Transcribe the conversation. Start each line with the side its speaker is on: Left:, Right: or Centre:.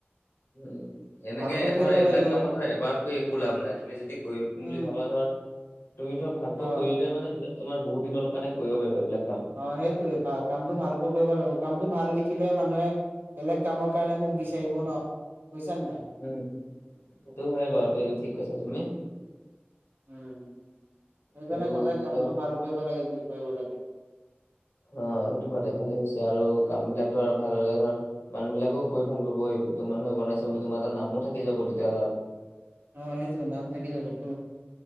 Left: উম, এনেকে
Right: ভালকৈ
Left: ধৰ
Right: কৰিব
Left: এইবিলাক
Right: লাগিব
Left: কামত ধৰ এবাৰত কৰি একো লাভ নাই, তুমি যদি কৰিম বুলি
Right: উম
Left: ভাবা ধৰ তুমি ধৰ ভালকৈ
Right: অ
Left: কৰিলে মানে তেতিয়া তোমাৰ বহুত দিনৰ কাৰণে কৰিব পাৰিবা এইবিলাক কাম।
Right: অ, সেইটোৱে কামটো ভালকৈ কৰিব লাগিব, কামটো ভাল দেখিলে মানুহে বেলেগ কামৰ কাৰণে মোক বিচাৰিব ন, বুজিছা নে নাই।
Left: উম, সেইটো হয় বাৰু তেটো ঠিক কছা তুমি।
Right: উম, সেইকাৰণে
Left: আৰু
Right: সদায় কামটো
Left: ধৰ
Right: ভাল কৰিব লাগে যি কৰিব লাগে।
Left: অ, সেইটো বাদে ভালেই হৈছে আৰু কাম বিলাক ধৰ ভাল হলে ধৰ মানুহ বিলাকেও কৈ ভাল পাব এই তোৰ মানুহে বনাইছে বুলি তোমাৰ এটা নামো থাকি যাব তেতিয়া তাত
Right: অ, সেইটোই নাম থাকি যাব তো